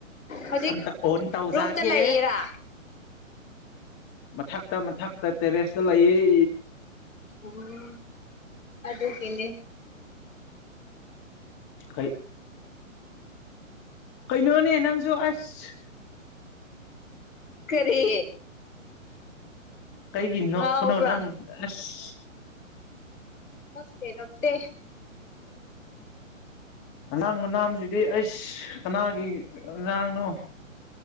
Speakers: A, on the left; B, on the left.
A: ꯍꯧꯖꯤꯛ
B: ꯑꯝꯇ ꯑꯣꯟ ꯇꯧꯖꯒꯦ
A: ꯔꯨꯝꯗ ꯂꯩꯔꯥ
B: ꯃꯊꯛꯇ ꯃꯊꯛꯇ ꯇꯦꯔꯦꯁꯇ ꯂꯩ
A: ꯎꯝ ꯑꯗꯨꯒꯤꯅꯦ
B: ꯑꯩꯣꯏ <unintelligible> ꯀꯩꯅꯣꯅꯦ ꯅꯪꯁꯨ ꯑꯁ
A: ꯀꯔꯤ
B: ꯀꯩꯒꯤ ꯅꯣꯛꯄꯅꯣ
A: ꯉꯥꯎꯕ꯭ꯔꯥ
B: ꯅꯪ ꯑꯁ
A: ꯄꯛꯇꯦ ꯄꯛꯇꯦ
B: ꯑꯉꯥꯡ ꯃꯅꯥꯝꯁꯤꯗꯤ ꯑꯩꯁ ꯀꯅꯥꯒꯤ ꯑꯉꯥꯡꯅꯣ